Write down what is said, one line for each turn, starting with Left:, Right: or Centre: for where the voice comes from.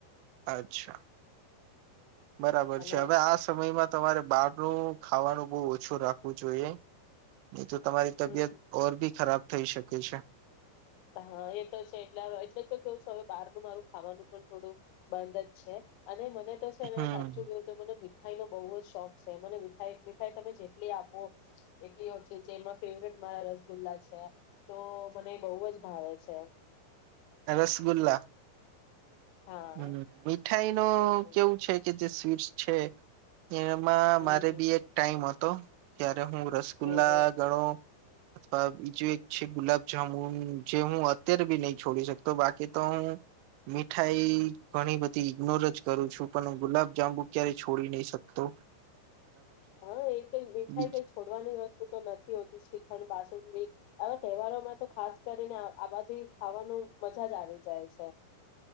Right: અચ્છા બરાબર
Left: અને
Right: છે હવે આ સમયમાં તમારે બાાર આપું ખાવાનું બહ ઓછું રાખવું જોઈએ નહી તો તમારી તબીયત
Left: હમ
Right: ર ભી ખરાબ થઈ શકે છે
Left: હા એ તો છે એટલે એટલે તો કેવું છ હવે બહારનું મારું ખાવાનું પણ થોડું બંધ જ છે અને મેતો છે ને
Right: હમ
Left: સાચું બોલતો મને ઠાઈ નો બહુ જ શોખ છે મને મીઠાઈ મીઠાઈ તમે જેટલી આપો એટલી ઓછી છેલમાં ફેવરિટ મારા રસગુલ્લા છે. તો મને બઉ જ આવે છે આય
Right: રસગુલ્લા.
Left: હા
Right: હમ મીઠાઈ નો
Left: હમ
Right: કેવું છે કે જે સ્વીટસ છે એમાં
Left: હમ
Right: મારે
Left: હમ
Right: બી એક ટાઈમ હત તો ક્યાર હું રસગુલ્લા
Left: હમ હમ
Right: ઘણો અથવા બીજું એક છે ગુલાબજામુન જે હું અત્યારે બી નહી છોડી શકતો બાકી તો હું મીઠાઈ તી ઘણી બધી ઈગ્નોર જ કરું છું પન હું ગુલાબ જાંબુ ક્યારેય છોડી નહી શક તો
Left: હા એ કઈ મીઠાઈ
Right: બીજ
Left: કઈ છોડવાની વસ્તુ તો નથી હોતી શ્રીખંડ બાસુંદી આવા તહેવારોમાં તો ખાસ કરીને આ બધી ખાવાનું મજા જ આવી જાય છે.